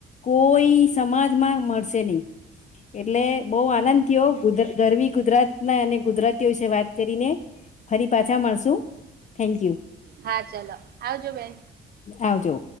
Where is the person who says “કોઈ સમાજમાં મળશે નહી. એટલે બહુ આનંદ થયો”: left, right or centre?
Left